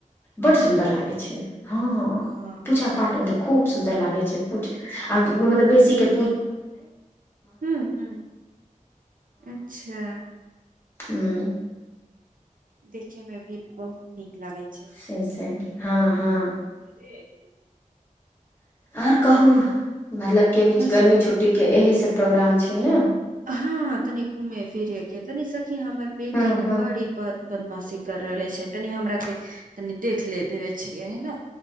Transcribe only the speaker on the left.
बड सुन्दर लागै छै हँ
पूजा पाठमे तऽ खूब सुन्दर लागै छै पू आ मतलब बेसीके
म
से छै हँ हँ
आर कहू मतलब केी
गर्मी छुट्टी के एहि प्रोग्राम छै ने
हँ
हँ